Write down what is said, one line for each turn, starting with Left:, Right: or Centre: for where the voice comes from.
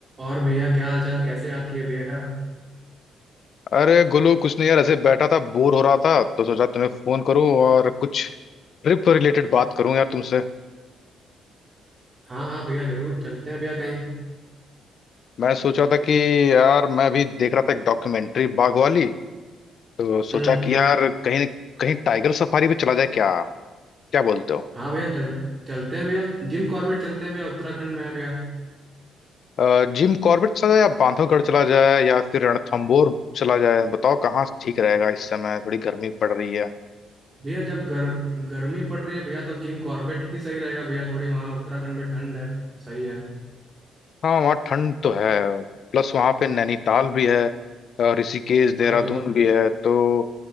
Right: और भैया क्या हाल चाल कैसे याद किए भैया
Left: अरे गोलू कुछ नहीं यार ऐसे बैठा था बोर हो रहा था तो सोचा तुम्हें फोन करूं और कुछ ट्रिप रिलेटेड बात करूं यार तुमसे
Right: हाँ हाँ भैया जरूर चलते हैं भैया कहीं
Left: मैं सोच रहा था कि यार मैं भी देख रहा था एक डॉक्यूमेंट्री बाघ वाली तो सोचा
Right: हम्म
Left: कि यार कहीं कहीं टाइगर सफारी पे चला जाए क्या क्या बोलते हो
Right: हाँ भैया चल चलते हैं भैया जिम कॉर्बेट चलते हैं भैया उत्तराखंड में है भैया
Left: अ, जिम कॉर्बेट चला जाए या बांधवगढ़ चला जाए या फिर रणथंबोर चला जाए बताओ कहाँ ठीक रहेगा इस समय थोड़ी गर्मी पड़ रही है
Right: भैया जब गर, गर्मी पड़ रही है भैया तो जिम कॉर्बेट ही सही रहेगा भैया थोड़ी वहाँ उत्तराखंड में ठंड है सही है
Left: हाँ वहाँ ठंड तो है प्लस वहाँ पे नैनीताल भी है अ, ऋषिकेश देहरादून
Right: हाँ भैया
Left: भी है तो